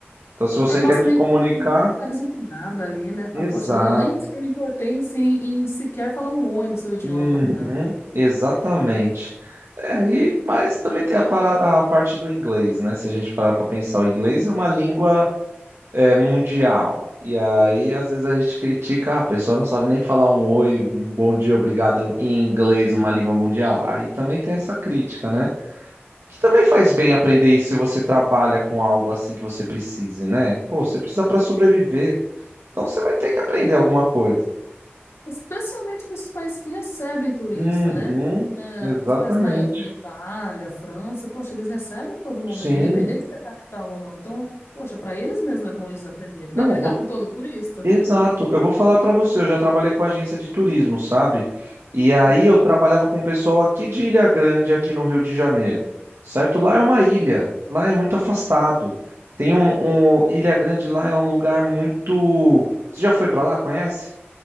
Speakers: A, on the right (about 80°); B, on the left (about 80°).
A: Então, se você
B: É, mostra
A: quer se
B: meio
A: comunicar,
B: que nariz empinada ali, né? Fala,
A: exato.
B: poxa, eu nem sequer me importei em, se- em sequer falar um oi no seu idioma,
A: Uhum,
B: cara.
A: exatamente. É, e, mas também tem a, para- a parte do inglês, né? Se a gente parar para pensar, o inglês é uma língua é, mundial. E aí, às vezes, a gente critica, "Ah, a pessoa não sabe nem falar um oi, um bom dia, obrigado em inglês, numa língua mundial. Aí também tem essa crítica, né? Que também faz bem aprender isso se você trabalha com algo assim que você precise, né? Pô, você precisa para sobreviver. Então você vai ter que aprender alguma coisa.
B: especialmente nesses países que recebem turista,
A: Uhum,
B: né? É,
A: exatamente.
B: os países maiores, como Itália, França, poxa, eles recebem a todo momento,
A: Sim.
B: independente se é capital ou não. Então, poxa, para eles mesmo é bom eles aprenderem.
A: Não,
B: Vai brigar
A: vou-
B: com todo turista?
A: exato. Eu vou falar para você, eu já trabalhei com agência de turismo, sabe? E aí
B: Uhum.
A: eu trabalhava com o pessoal aqui de Ilha Grande, aqui no Rio de Janeiro, certo? Lá é uma ilha, lá é muito afastado. Tem um, um- Ilha Grande lá é um lugar muito. Você já foi para lá? Conhece?